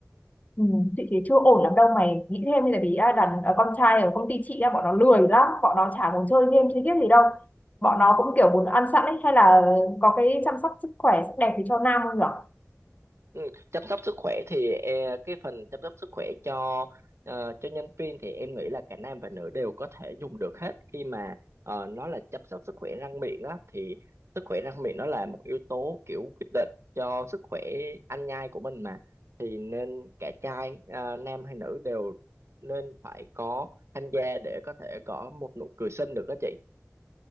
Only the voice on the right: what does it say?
Ừ.
Ừ, chăm sóc sức khỏe thì e, cái phần chăm sóc sức khỏe cho ờ, cho nhân viên thì em nghĩ là cả nam và nữ đều có thể dùng được hết khi mà ờ, nó là chăm sóc sức khỏe răng miệng á thì sức khỏe răng miệng nó là một yếu tố kiểu quyết định cho sức khỏe ăn nhai của mình mà thì nên cả trai ờ, nam hay nữ đều nên phải có tham gia để có thể có một nụ cười xinh được đó chị